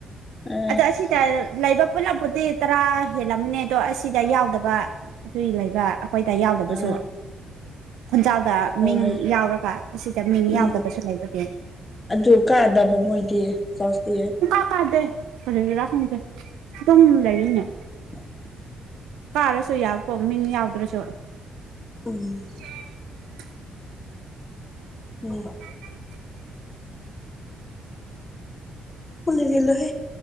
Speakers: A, on the left; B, on the right.
A: ꯑ
B: ꯑꯗ ꯑꯁꯤ ꯇ ꯂꯥꯏꯕ ꯄꯨꯂꯞꯄꯨꯗꯤ ꯇꯔꯥ ꯍꯦꯜꯂꯝꯃꯅꯤ ꯑꯗꯣ ꯑꯁꯤꯗ ꯌꯥꯎꯗꯕ ꯑꯗꯨꯒꯤ ꯂꯩꯕ ꯑꯩꯈꯣꯏꯗ ꯌꯥꯎꯗꯕꯁꯨ
A: ꯑ
B: ꯈꯨꯟꯖꯥꯎꯗ
A: ꯍꯣꯏ
B: ꯃꯤꯡ ꯌꯥꯎꯔꯒ ꯑꯁꯤꯗ ꯃꯤꯡ
A: ꯎꯝ
B: ꯌꯥꯎꯗꯕꯁꯨ ꯂꯩꯕꯒꯤ
A: ꯑꯗꯨ ꯀꯥꯗꯕ ꯃꯣꯏꯗꯤ ꯆꯥꯎꯁꯇꯤ
B: ꯐꯗꯦ ꯀꯔꯤꯒꯤꯔ ꯈꯪꯗ ꯑꯗꯨꯝ ꯂꯩꯔꯦꯅꯦ
A: <inaudible>
B: ꯄꯥꯔꯁꯨ ꯌꯥꯕꯈꫭ ꯃꯤꯡ ꯌꯥꯎꯗ꯭ꯔꯁꯨ꯫
A: ꯎꯝꯝ
B: ꯆꯆꯆ
A: ꯎꯝꯝ
B: <unintelligible> <inaudible>
A: ꯀꯅꯒꯂꯍꯦ <unintelligible>